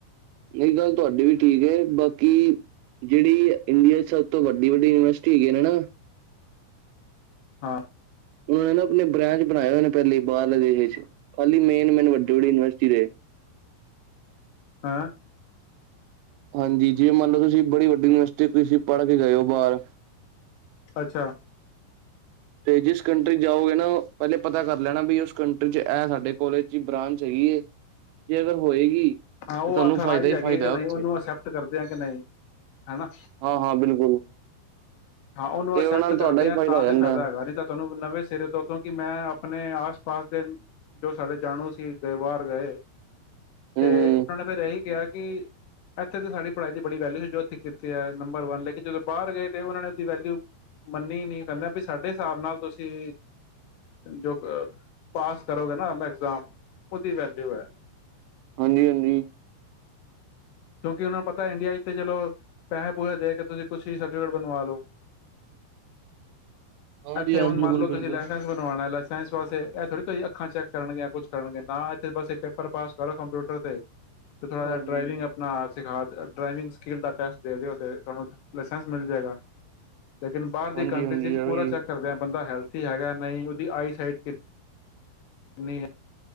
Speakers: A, on the right; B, on the left.
A: ਇਹ ਗੱਲ ਤੁਹਾਡੀ ਵੀ ਠੀਕ ਹੈ, ਬਾਕੀ ਜਿਹੜੀ ਇੰਡੀਆ ਚ ਸਭ ਤੋਂ ਵੱਡੀ ਵੱਡੀ ਯੂਨੀਵਰਸਿਟੀ ਹੈਗੀ ਆ ਨਾ।
B: ਹਾਂ,
A: ਉਹਨ ਨਾ ਆਪਣੇ ਬ੍ਰਾਂਚ ਚ ਬਣਾਏ ਹੋਏ ਨੇ ਪਹਿਲੀ ਬਾਹਰਲੇ ਦੇਸ਼, ਖਾਲੀ ਮੇਨ-ਮੇਨ ਵੱਡੀ-ਵੱਡੀ ਯੂਨੀਵਰਸਟੀ ਚਿਰੇ,
B: ਹੈਂ,
A: ਹਾਂਜੀ ਜਿਵੇਂ ਮੰਨ ਲਓ ਤੁਸੀਂ ਬੜੀ ਵੱਡੀ ਯੂਨੀਵਰਸਿਟੀ ਸੀ ਪੜ੍ਹ ਕੇ ਗਏ ਹੋ ਬਾਹਰ
B: ਅੱਛਾ,
A: ਤੇ ਜਿਸ ਕੰਟਰੀ ਜਾਓਗੇ ਨਾ ਪਹਿਲੇ ਪਤਾ ਕਰ ਲੈਣਾ ਵੀ ਉਸ ਕੰਟਰੀ ਚ ਇਹ ਸਾਡੇ ਕੋਲੇਜ ਚ ਬ੍ਰਾਂਚ ਹੈਗੀ ਹੈ ਜੇ ਅਗਰ ਹੋਏਗੀ। ਤੇ
B: ਹਾਂ ਉਹ
A: ਤੁਹਾਨੂੰ
B: ਅਥਰਾਈਜ
A: ਫਾਇਦਾ ਹੀ
B: ਹੈਗੀ
A: ਫਾਇਦਾ
B: ਕਿ
A: ਹੈ
B: ਨਹੀਂ
A: ਉੱਥੇ
B: ਨੂੰ ਅਕਸੈਪਟ ਕਰਦੇ ਆ ਕਿ ਨਹੀਂ ਹਨਾ
A: ਹਾਂ ਹਾਂ ਬਿਲਕੁਲ
B: ਹਾਂ ਉਹਨੂੰ
A: ਤੇ
B: ਅਕਸੈਪਟ
A: ਉਹਨਾਂ ਨਾਲ ਤੁਹਾਡਾ
B: ਕਰਦੇ
A: ਹੀ
B: ਆ ਤਾਂ
A: ਹੋ ਜਾਂਦਾ
B: ਤੇ ਫਾਇਦਾ
A: ਹੈ।
B: ਹੈਗਾ ਨਹੀਂ। ਤੁਹਾਨੂੰ ਨਵੇਂ ਸਿਰੇ ਤੋਂ ਕਿਉਂਕਿ ਮੈਂ ਆਪਣੇ ਆਸ ਪਾਸ ਦੇ ਜੋ ਸਾਡੇ ਜਾਣੂ ਸੀ ਗਏ ਬਾਹਰ ਗਏ।
A: ਹੂੰ
B: ਤੇ
A: ਹੂੰ
B: ਉਹਨਾਂ ਨੇ ਫਿਰ ਐਹੀ ਕਿਹਾ ਕਿ ਇੱਥੇ ਤਾਂ ਸਾਡੀ ਪੜ੍ਹਾਈ ਦੀ ਬੜੀ ਵੈਲਿਊ ਸੀ ਜੋ ਇੱਥੇ ਕੀਤੀ ਹੈ, ਨੰਬਰ ਵਨ ਲੇਕਿਨ ਜਦੋਂ ਬਾਹਰ ਗਏ ਤਾਂ ਉਹਨਾਂ ਨੇ ਉਹਦੀ ਵੈਲਿਊ ਮੰਨੀ ਨਹੀਂ ਕਹਿੰਦੇ ਵੀ ਸਾਡੇ ਹਿਸਾਬ ਨਾਲ ਤੁਸੀਂ ਜੋ ਪਾਸ ਕਰੋਗੇ ਨਾ ਐਗਜ਼ਾਮ ਉਹਦੀ ਵੈਲਿਊ ਹੈ।
A: ਹਾਂਜੀ-ਹਾਂਜੀ।
B: ਕਿਉਂਕਿ ਉਹਨਾਂ ਨੂੰ ਪਤਾ ਇੰਡੀਆ ਚ ਤੇ ਚਲੋ ਪੈਸੇ ਪੂਸੇ ਦੇ ਕੇ ਤੁਸੀਂ ਕੁਛ ਹੀ ਸਰਟੀਫਿਕੇਟ ਬਣਵਾ ਲਓ।
A: ਹਾਂ
B: ਇੱਥੇ
A: ਜੀ ਹਾਂ
B: ਹੁਣ
A: ਬਿਲਕੁਲ
B: ਮੰਨ ਲਓ
A: ਬਿਲਕੁਲ
B: ਤੁਸੀਂ ਲਾਇਸੈਂਸ ਬਣਵਾਉਣਾ ਲਾਇਸੈਂਸ ਵਾਸਤੇ ਸ ਤੁਸੀਂ ਅੱਖਾਂ ਚੈੱਕ ਕਰਨਗੀ ਆਂ ਕੁੱਛ ਕਰਨਗੇ ਹਾਂ ਇੱਥੇ ਬੱਸ ਏਕ ਪੇਪਰ ਪਾਸ ਕਰੋ ਕੰਪਿਊਟਰ ਦਾ। ਕਰੋ ਤੇ। ਤੇ ਥੋੜ੍ਹਾ ਜਿਹਾ
A: ਹਾਂਜੀ
B: ਡਰਾਈਵਿੰਗ ਆਪ <inaudible> ਹਾਂ ਸਿਖਾ ਡਰਾਈਵਿੰਗ ਸਕੇਲ ਦਾ ਟੈਸਟ ਦੇ ਦਿਓ ਤੇ ਤੁਹਾਨੂੰ ਲਾਇਸੈਂਸ ਮਿਲ ਜਾਏਗਾ। ਲੇਕਿਨ ਬਾਹਰ ਦੀ
A: ਹਾਂਜੀ-ਹਾਂਜੀ
B: ਕੰਟਰੀਜ਼ ਵਿੱਚ
A: ਐ
B: ਪੂਰਾ
A: ਵੀ
B: ਚੈੱਕ ਕਰਦੇ ਹਾਂ ਬੰਦਾ ਹੈਲਥ ਹੈਗਾ ਨਹੀਂ ਉਹਦੀ ਆਈ ਸਾਈਟ ਕਿ ਨਹੀਂ।